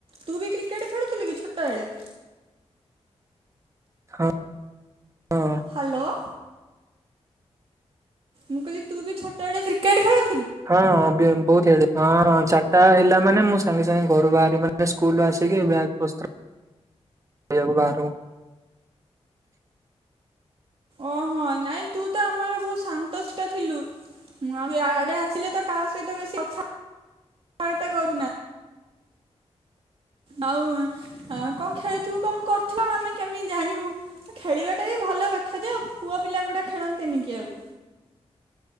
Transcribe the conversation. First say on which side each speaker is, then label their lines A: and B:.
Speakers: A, on the right; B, on the right.
A: ତୁ ବି କ୍ରିକେଟ ଖେଳୁଥିଲୁ କି ଛୋଟ ବଳେ
B: ହଁ ହଁ
A: ହ୍ୟାଲୋ ମୁଁ କହିଲି ବି ଛୋଟବେଳେ କ୍ରିକେଟ ଖେଳୁ
B: ହଁ ଅଭିୟନ୍ତ ବ ହଁ ହଁ ଚାରିଟା ହେଲା ମାନେ ମୁଁ ସାଙ୍ଗେ ସାଙ୍ଗେ ଘରୁ ବାହାରି ମାନେ ସ୍କୁଲ ଆସିକି ବଜ ବସ୍ତକୁହାର-
A: ଓହୋ ନାଇଁ ତୁ ତ ଆମର ବହୁତ ଶାନ୍ତ ଠା ଥିଲୁ ଆଉ ଆଡେ ଆସିଲେ ତ କାହା ସହିତ ବେଶୀ କଥା କତା କରୁନା- ଆଉ କଣ ଖେଳୁଥିବୁ କଣ କରୁଥିବଉ ଆମେ କେମିତି ଜାଣିବୁ ଖେଳିବାଟା ବି ଭଲ କଥା ଯେ ଆଉ ପୁଅ ପିଲା ଗୋଟେ ଖେଳନ୍ତିନି କି ଆଉ-